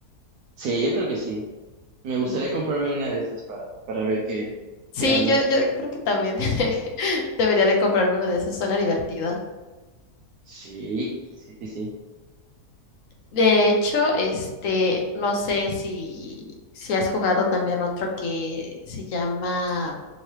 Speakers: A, on the right; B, on the left.
A: Sí, yo creo que sí. Me gustaría
B: Mm.
A: comprarme una de esas para, para ver qué,
B: Sí,
A: qué onda.
B: yo, yo creo que también <laughs> debería de comprarme uno de esos, suena divertido.
A: Sí, sí, sí, sí.
B: De hecho, este, no sé si, si has jugado también otro que se llama